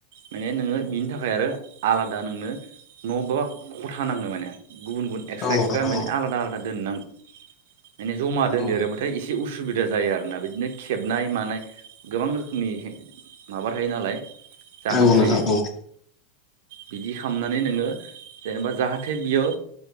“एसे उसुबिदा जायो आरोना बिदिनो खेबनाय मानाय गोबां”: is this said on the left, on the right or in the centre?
Right